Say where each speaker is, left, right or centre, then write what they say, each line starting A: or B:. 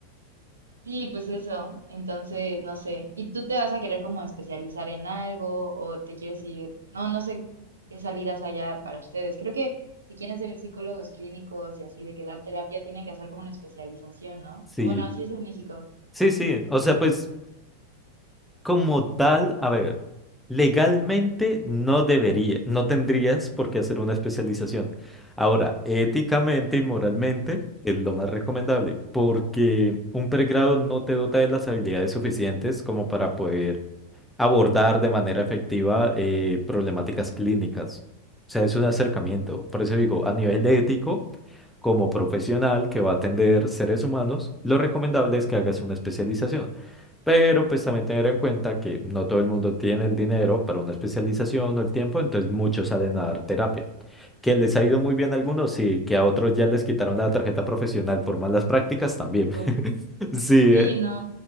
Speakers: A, on the right (about 75°); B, in the centre.
A: Sí, pues eso. Entonces, no sé. ¿Y tú te vas a querer como especializar en algo o te quieres ir? No, no sé qué salidas haya para ustedes. Creo que si quieren ser psicólogos clínicos y así de que dar terapia, tienen que hacer como una especialización, ¿no?
B: Sí,
A: O bueno, así es en México.
B: sí, sí. O sea, pues. Como tal, a ver, legalmente no debería, no tendrías por qué hacer una especialización. Ahora, éticamente y moralmente es lo más recomendable, porque un pregrado no te dota de las habilidades suficientes como para poder abordar de manera efectiva eh, problemáticas clínicas. O sea, es un acercamiento. Por eso digo, a nivel ético, como profesional que va a atender seres humanos, lo recomendable es que hagas una especialización. Pero pues también tener en cuenta que no todo el mundo tiene el dinero para una especialización o el tiempo, entonces muchos salen a dar terapia. Que les ha ido muy bien a algunos, sí, que a otros ya les quitaron la tarjeta profesional por malas prácticas también.
A: Uf,
B: <laughs> Sí,
A: sí,
B: eh,
A: no,